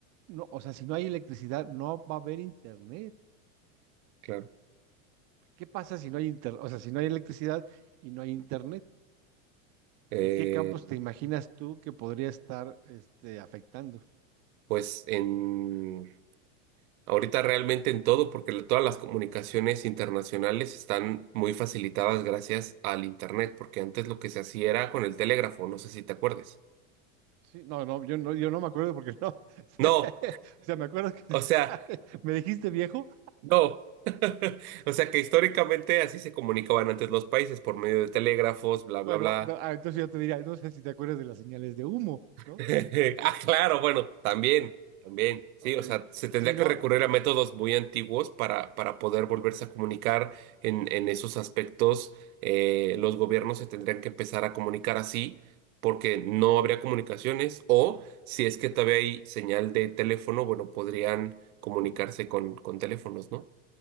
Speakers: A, on the right; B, on the right.
A: No, o sea, si no hay electricidad, no va a haber internet.
B: claro.
A: ¿Qué pasa si no hay internet? O sea, si no hay electricidad y no hay internet,
B: Eh,
A: ¿en qué campos te imaginas tú que podría estar este, afectando?
B: pues en ahorita realmente en todo, porque la- todas las comunicaciones internacionales están muy facilitadas gracias al internet, porque antes lo que se hacía era con el telégrafo, no sé si te acuerdes.
A: Sí, no, no, yo no, yo no me acuerdo porque no. <laughs>
B: No,
A: O sea, me acuerdo que <laughs>
B: o sea.
A: me dijiste viejo.
B: No. <laughs> O sea que históricamente así se comunicaban antes los países por medio de telégrafos, bla, bla,
A: Bueno,
B: bla.
A: no, ah, entonces yo te diría, no sé si te acuerdas de las señales de humo, ¿no?
B: <laughs> Ah, claro, bueno, también, también. Sí,
A: Ok.
B: o sea, se tendría
A: Si
B: que
A: no,
B: recurrir a métodos muy antiguos para, para poder volverse a comunicar en, en esos aspectos. Eh, los gobiernos se tendrían que empezar a comunicar así porque no habría comunicaciones o si es que todavía hay señal de teléfono, bueno, podrían comunicarse con, con teléfonos, ¿no?